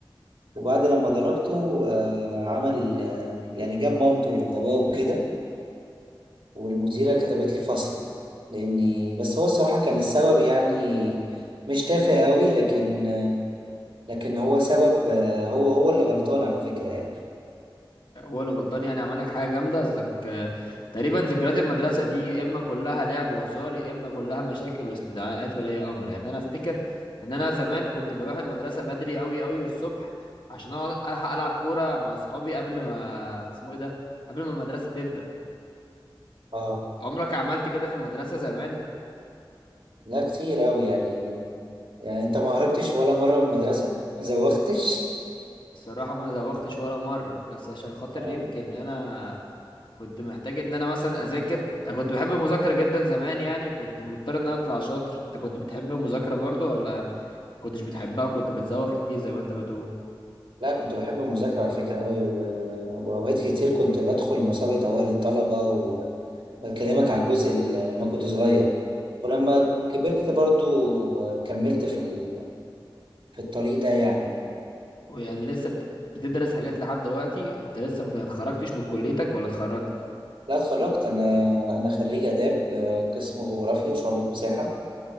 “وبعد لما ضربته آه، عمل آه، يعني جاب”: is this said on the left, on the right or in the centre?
Right